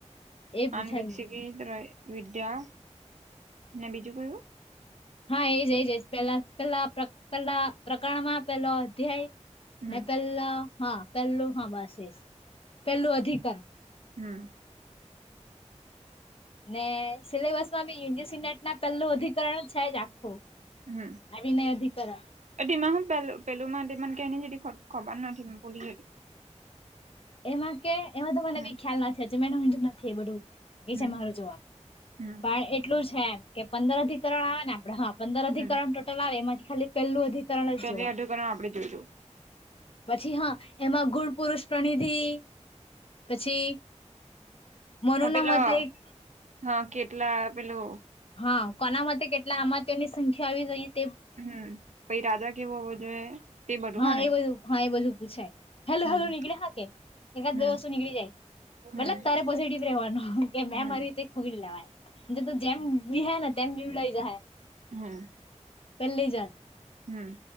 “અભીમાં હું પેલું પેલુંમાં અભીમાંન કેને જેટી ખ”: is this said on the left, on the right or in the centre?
Right